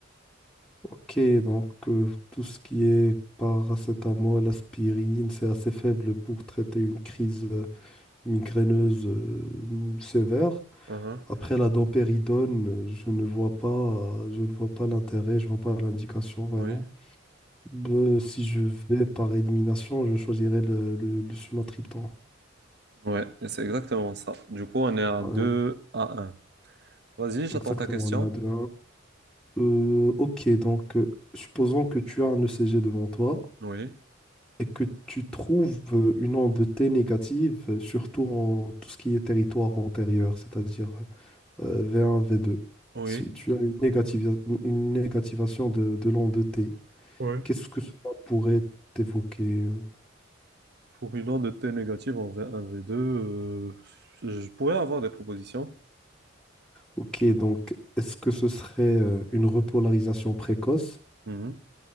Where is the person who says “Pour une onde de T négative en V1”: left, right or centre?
Right